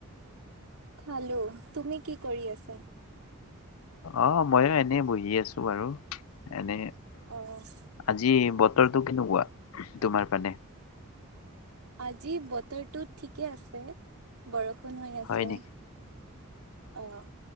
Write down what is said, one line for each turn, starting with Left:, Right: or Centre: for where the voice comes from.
Right: খালো তুমি কি কৰি আছা।
Left: অ ময়ো এনে বহি আছো বাৰু এনে
Right: অ'।
Left: আজি বতৰটো কেনেকুৱা তোমাৰ পানে
Right: আজি বতৰটো ঠিকে আছে বৰফ বৰষুণ হৈ আছে
Left: হয় নেকি
Right: আহ